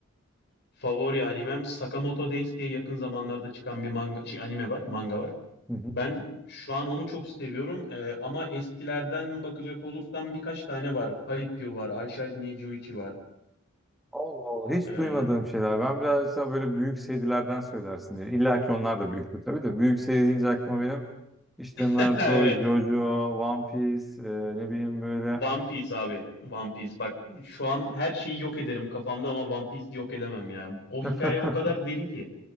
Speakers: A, on the left; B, in the centre.
A: Favori animem Sakamoto Days diye yakın zamanlarda çıkan bir manga şey anime var, manga var.
B: Hı hı.
A: Ben şu an onu çok seviyorum Ee, ama eskilerden bakacak olursam birkaç tane var. Haikyuu var, I Shall Ni Nijuichi var.
B: Allah Allah hiç
A: Ee,
B: duymadığım şeyler. Ben birazcık daha böyle büyük serilerden söylersin diye. İlla ki onlar da büyüktür tabii de. Büyük seri deyince aklıma benim işte Naruto,
A: <laughs> evet.
B: JoJo, One Piece, e, ne bileyim böyle.
A: One Piece abi. One Piece. Bak şu an her şeyi yok ederim kafamda ama One Piece'i yok edemem ya. O
B: <laughs>
A: hikaye
B: Hı
A: o kadar derin ki.